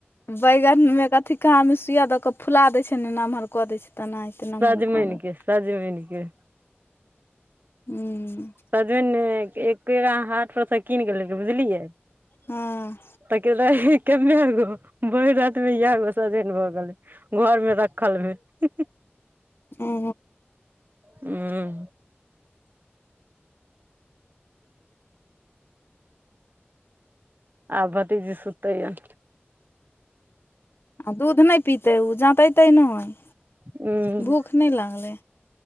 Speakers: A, on the left; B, on the right.
A: बैगन मे अथी कहाँ मे सुूइया दऽ के फुला देय छै ने नमहर कऽ देै छै। तेनाहिते नमहर
B: साजमिन
A: कऽ देत
B: के साजमनि के।
A: हूँ
B: सजन एक पेड़ हाथ परसँ कीन गेल बुझलियै।
A: हँ
B: त के कमे गो भोरि राति मे इएह गो सजन भऽ गेलै। घर मे रखल भेल।
A: ओ
B: हूँ आब भतीजी सुतैये।
A: आ दूध नहि पितै ओ जँतेतै नहि।
B: हं
A: भूख नहि लागलै